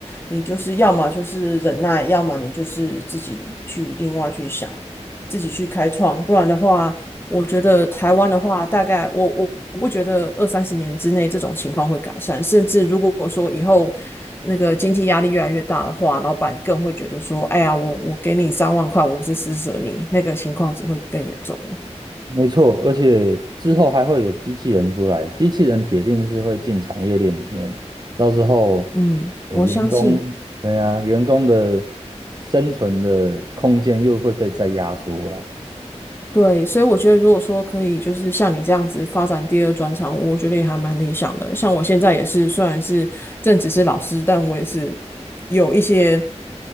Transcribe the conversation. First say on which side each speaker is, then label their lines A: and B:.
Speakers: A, on the left (about 20°); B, on the right (about 35°).
A: 你就是要么就是忍耐，要么你就是自己去另外去想自己去开创，不然的话，我觉得台湾的话，大概我我我不觉得二三十年之内这种情况会改善，甚至如果说以后那个经济压力越来越大的话，老板更会觉得说，哎呀，我我给你三万块，我是施舍你，那个情况只会更严重。
B: 没错，而且之后还会有机器人出来，机器人铁定是会进产业链里面，到时候，
A: 嗯，
B: 呃员工，
A: 我相信。
B: 对啊，员工的生存的空间又会被再压缩了。
A: 对，所以我觉得，如果说可以，就是像你这样子发展第二专长，我觉得也还蛮理想的。像我现在也是，虽然是正职是老师，但我也是有一些